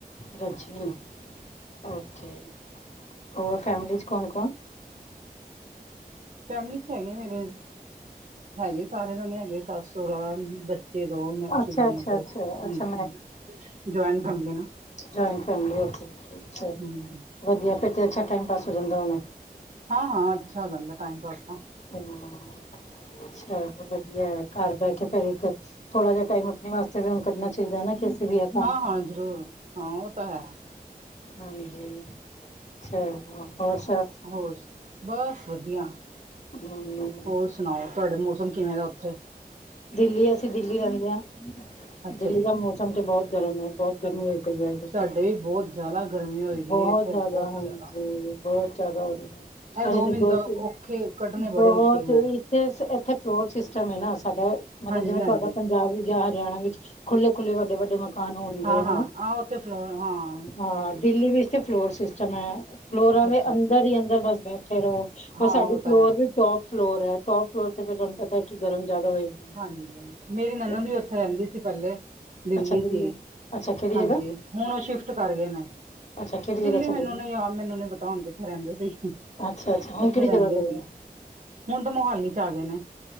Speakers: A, on the left; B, on the right.
A: ਰਜੀ ਓਕੇ। ਔਰ ਫੈਮਲੀ 'ਚ ਕੌਣ-ਕੌਣ?
B: ਫੈਮਿਲੀ 'ਚ ਹੈਗੇ ਮੇਰੇ ਹੈਗੇ ਸਾਰੇ ਜਾਣੇ ਹੈਗੇ ਸਸ-ਸੋਰਾ, ਬੱਚ ਬੱਚੇ ਦੋ ਮੈਂ ਅਸੀ
A: ਅੱਛਾ
B: ਦੋਨੋ
A: ਅੱਛਾ
B: ਦੋ,
A: ਅੱਛਾ
B: ਹਾਂਜੀ,
A: ਅੱਛਾ
B: ਜੋਇਨ ਫੈਮਿਲੀ ਏ ਨਾ।
A: ਜੋਇਨ ਫੈਮਿਲੀ ਉੱਥੇ, ਚਲੋ,
B: ਹਮ
A: ਵਧੀਆ ਫੇਰ ਤੇ ਅੱਛਾ ਟਾਈਮ ਪਾਸ ਹੋ ਜਾਂਦਾ ਹੋਣਾ।
B: ਹਾਂ ਹਾਂ, ਅੱਛਾ ਹੋ ਜਾਂਦਾ ਟਾਈਮ ਪਾਸ ਤਾਂ।
A: ਹਾਂ, ਅੱਛਾ ਵਧੀਆ ਏ, ਘਰ ਬੈਠੇ ਫਿਰ ਇੱਕ ਥੋੜਾ ਜਿਹਾ ਟਾਈਮ ਅਪਣੇ ਵਾਸਤੇ ਵੀ ਹੁਣ ਕਡਨਾ ਚਾਈਦਾ ਨਾ ਕਿ ਅਸੀ ਵੀ ਹੈ
B: ਹਾਂ-ਹਾਂ, ਜ਼ਰੂਰ ਹਾਂ ਓ ਤਾਂ ਹੈ।
A: ਹਾਂਜੀ, ਚਲੋ ਹੋਰ ਸਭ
B: ਹੋਰ ਸ ਬਸ ਵਧੀਆ।
A: ਹਮ
B: ਹੋਰ ਸੁਣਾਓ ਤੁਹਾਡੇ ਮੌਸਮ ਕਿਵੇਂ ਦਾ ਔਥੇ?
A: ਦਿੱਲੀ ਅਸੀਂ ਦਿੱਲੀ ਰੈੰਦੇ ਹਾਂ।
B: ਅੱਛਾ
A: ਦਿੱਲੀ
B: ਜੀ
A: ਦਾ ਮੌਸਮ ਤੇ ਬੌਤ ਗਰਮ ਏ ਬੌਤ ਗਰਮੀ ਹੋਈ ਕ ਬੋਲਤ
B: ਸਾਡੇ ਵੀ ਬਹੁਤ ਜ਼ਿਆਦਾ ਗਰਮੀ ਹੋਈ ਦੀ
A: ਬਹੋਤ
B: ਹੈ ਇੱਥੇ
A: ਜੈਦਾ
B: ਬਹੁਤ
A: ਹਾਂਜੀ
B: ਜ਼ਿਆਦਾ।
A: ਬੌਤ ਜੈਦਾ ਹੋਂਦੀ ਐ।
B: ਇਹ
A: ਹਜੇ
B: ਦੋ
A: ਕੀ
B: ਮਹੀਨੇ
A: ਦੋ-ਤਿੰਨ
B: ਤਾਂ ਔਖੇ ਕੱਢਣੇ ਬੜੇ
A: ਬਹੌਤ
B: ਮੁਸ਼ਕਿਲ ਨਾਲ
A: ਇੱਕ ਤੇ ਇਸ ਏਥੇ ਫਲੋਰ ਸਿਸਟਮ ਏਨਾ। ਸਾਡਾ ਅ ਮਤਲਬ
B: ਹਾਂਜੀ
A: ਜਿਵੇਂ
B: ਹਾਂਜੀ।
A: ਸਾਡਾ ਪੰਜਾਬ ਯਾ ਹਰਿਆਣਾ ਵਿੱਚ ਖੁੱਲੇ-ਖੁੱਲੇ, ਵੱਡੇ-ਵੱਡੇ ਮਕ ਕਾਨ ਹੋਣਗੇ
B: ਹਾਂ
A: ਹਨਾ।
B: ਹਾਂ ਆਹ ਉੱਥੇ ਫਲੋਰ ਹਾਂ
A: ਹਾਂ ਦਿੱਲੀ ਵਿੱ ਇਥੇ ਫਲੋਰ ਸਿਸਟਮ ਆ ਫਲੋਰਾਂ
B: ਅੱਛਾ
A: ਦੇ ਅੰਦਰ ਈ ਅੰਦਰ ਬਸ ਬੈਠੇ ਰਔ। ਔਰ
B: ਹਾਂ
A: ਸਾਡੀ
B: ਉਹ ਤਾਂ
A: ਫਲੋਰ
B: ਹੈ।
A: ਵੀ ਟੋਪ ਫਲੋਰ ਐ, ਟੋਪ ਫਲੋਰ ਤੇ ਫੇਰ ਤੁਆਨ ਪਤੈ ਕਿ ਗਰਮ ਜੈਦਾ ਹੋਏਗੀ।
B: ਹਾਂਜੀ, ਮੇਰੀ ਨਨਦ
A: ਉਹ-
B: ਵੀ ਔਥੇ ਰੈੰਦੀ ਸੀ ਪੈਲੇ। ਦਿੱਲੀ
A: ਅੱਛਾ
B: ਚ ਈ,
A: ਅੱਛਾ ਕਿਹੜੀ
B: ਹਾਂਜੀ
A: ਜਗ੍ਹਾ
B: ਹੁਣ ਓਹ ਸ਼ਿਫਟ ਕਰ ਗਏ ਨੇ।
A: ਅੱਛਾ ਕਿਹੜੀ ਜਗ੍ਹਾ
B: ਦਿੱਲੀ
A: ਚਲੇ
B: ਮੈਨੂੰ
A: ਗਏ
B: ਨੀ ਯਾਦ, ਮੈਨੂੰ ਨੀ ਪਤਾ ਹੁਣ ਕਿੱਥੇ ਰੈੰਦੇ ਸੀ।
A: ਅੱਛਾ- ਅੱਛਾ, ਹੁਣ
B: ਉੱਥੇ
A: ਕੇੜੀ
B: ਰਹਿੰਦੇ
A: ਜਗ੍ਹਾ ਗਏ
B: ਸੀ।
A: ਐ?
B: ਹੁਣ ਤਾਂ ਮੋਹਾਲੀ ਚ ਆ ਗੇ ਨੇ।